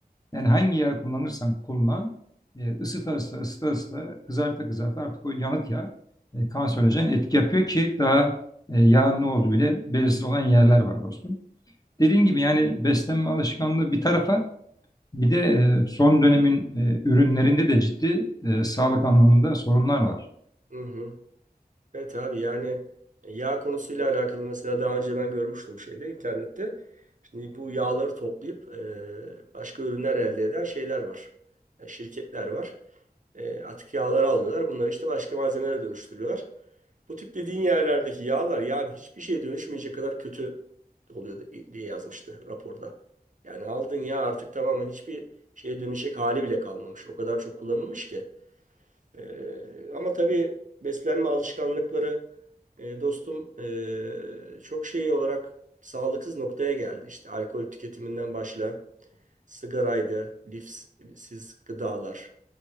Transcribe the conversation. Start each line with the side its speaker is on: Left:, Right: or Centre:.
Left: yani hangi yağ kullanırsan kullan, e, ısıta ısıta ısıta ısıta kızarta kızarta artık o yanık yağ e, kanserojen etki yapıyor ki daha e, yağın ne olduğu bile belirsiz olan yerler var dostum. Dediğin gibi yani beslenme alışkanlığı bir tarafa bir de e, son dönemin e, ürünlerinde de ciddi e, sağlık anlamında sorunlar var.
Right: Hı hı. Evet abi yani e, yağ konusuyla alakalı mesela daha önce ben görmüştüm şeyde internette. Şimdi bu yağları toplayıp e, başka ürünler elde eden şeyler var. Yani şirketler var. E, atık yağları alıyorlar. Bunları işte başka malzemelere dönüştürüyorlar. Bu tip dediğin yerlerdeki yağlar yani hiçbir şeye dönüşmeyecek kadar kötü oluyor da- diye yazmıştı raporda. Yani aldığın yağ artık tamamen hiçbir şeye dönüşecek hali bile kalmamış. O kadar çok kullanılmış ki. E, ama tabii beslenme alışkanlıkları e, dostum e, çok şey olarak sağlıksız noktaya geldi. İşte alkol tüketiminden başla sigaraydı, lifsiz gıdalar.